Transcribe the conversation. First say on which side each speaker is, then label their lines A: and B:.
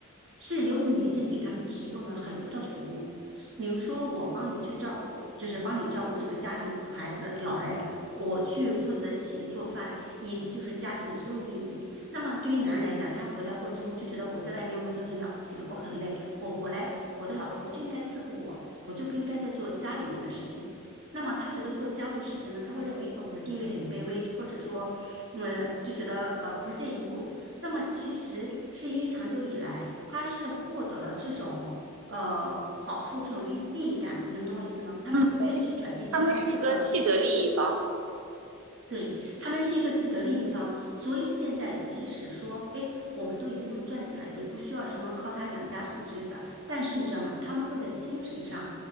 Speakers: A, on the right; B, on the right.
A: 是由女性给他们提供了很多的服务，比如说我帮你去照顾，就是帮你照顾这个家庭、孩子、老人，我去负责洗衣做饭，以及就是家庭的所有运营。那么对于男人来讲，他回来过之后就觉得我在外面我已经很了不起了，我很累，我回来我的老婆就应该伺候我，我就不应该再做家里面的事情。那么他觉得做家务的事情呢，他会认为呃我的地位很卑微，或者说，呃就觉得呃不屑一顾。那么其实是因为长久以来。他是获得了这种呃好处，这种利利益感，你能懂我意思吗？他们不愿意去转变这样子的一个
B: 嗯，他们是个既得利益方，
A: 对，他们是一个既得利益方，所以现在即使说，哎，我们都已经能赚钱了，也不需要什么靠他养家什么之类的。但是你知道吗？他们会在精神上，